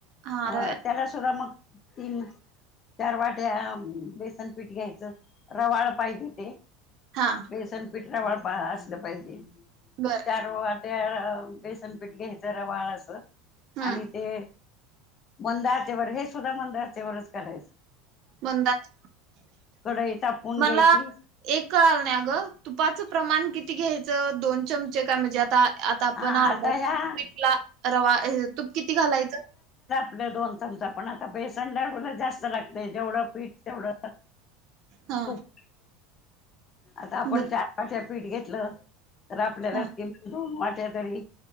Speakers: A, on the right; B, on the left.
A: हा
B: अ
A: रवा
B: त्याला सुद्धा मग तीन चार -वाट्या बेसन पीठ घ्यायचं. रवाळ पायजे ते --
A: हा
B: बेसन पिठरावर पा असलं पाहिजे.
A: बर
B: चार वा -- त्या बेसनपीठ घ्यायचा र वाळ अस -- स
A: हम्म
B: आणि ते -- मंद अचेवर हे सुद्धा मंद अचेवर करायचं.
A: मंद आचेवर
B: कढई तापवून
A: मला
B: घ्यायची
A: एक कळाल नाही ग तुपाचं प्रमाण किती? ति घ्यायचं दोन चमचे काय म्हणजे आता आता आपण
B: हा
A: अर्धा
B: आता
A: किलो
B: ह्या
A: पीठला रवा तूप किती घालायचं?
B: कलं दोन चमचा पण आता बेसनला एवढं जास्त लागतय जेवढं पीठ तेवढं --
A: हा
B: तूप. आता आपण
A: बर
B: चार - पाच फीठ घेतलं. तर आपल्याला
A: हा
B: <unintelligible> दोन वाट -- तरी